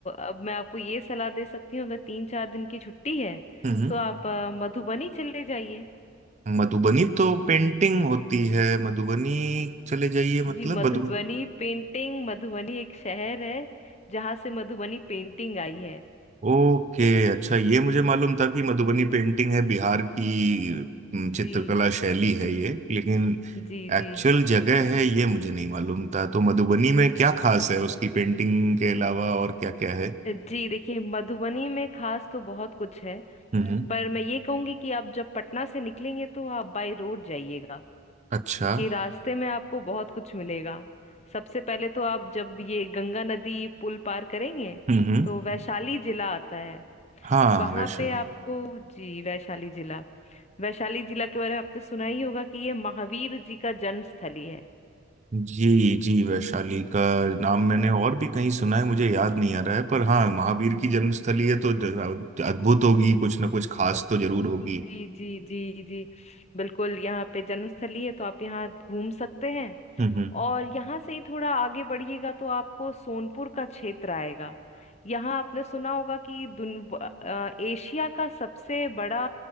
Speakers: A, on the left; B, on the right.
A: अब मैं आपको ये सलाह दे सकती हूँ अगर तीन चार दिन की छुट्टी है
B: हम्म
A: तो आप अ, मधुबनी चले जाइए
B: हम्म। मधुबनी तो पेंटिंग होती है मधुबनी चले जाइए मतलब
A: जी मधुबनी
B: मधुबनी
A: पेंटिंग मधुबनी एक शहर है जहाँ से मधुबनी पेंटिंग आई है
B: ओके अच्छा ये मुझे मालूम था कि मधुबनी पेंटिंग है बिहार की हम्म, चित्रकला
A: जी
B: शैली है ये लेकिन
A: जी
B: एक्चुअल
A: जी
B: जगह है ये मुझे नहीं मालूम था तो मधुबनी में क्या खास है उसकी पेंटिंग के अलावा और क्या क्या है
A: जी देखिए मधुबनी में खास तो बहुत कुछ है
B: हम्म
A: पर मैं ये कहूंगी कि आप जब पटना से निकलेंगे तो आप बाय रोड जाइएगा
B: अच्छा
A: क्योंकि रास्ते में आपको बहुत कुछ मिलेगा सबसे पहले तो आप जब ये गंगा नदी पुल पार करेंगे
B: हम्म हम्म।
A: तो वैशाली जिला आता है
B: हाँ
A: वहां
B: वैशाली
A: पे आपको जी वैशाली जिला वैशाली जिला के बारे में आपने सुना ही होगा कि ये महावीर जी का जन्मस्थली है
B: जी जी वैशाली का नाम मैंने और भी कहीं सुना है मुझे याद नहीं आ रहा है पर हाँ महावीर की जन्मस्थली है तो ज- अद्भुत होगी कुछ ना कुछ खास तो जरूर होगी
A: जी जी जी जी बिल्कुल यहाँ पे जन्मस्थली है तो आप यहाँ घूम सकते हैं
B: हम्म हम्म
A: और यहाँ से ही थोड़ा आगे बढ़िएगा तो आपको सोनपुर का क्षेत्र आएगा यहाँ आपने सुना होगा कि दुन व- अ, एशिया का सबसे बड़ा